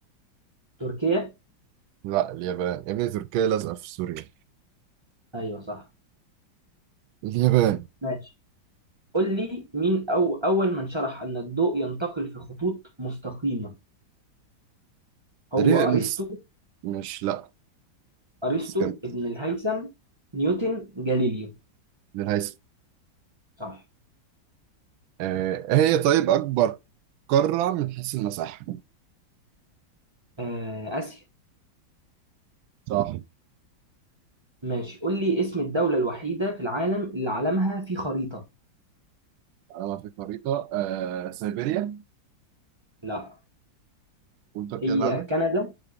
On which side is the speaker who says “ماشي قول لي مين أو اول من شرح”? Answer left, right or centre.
Right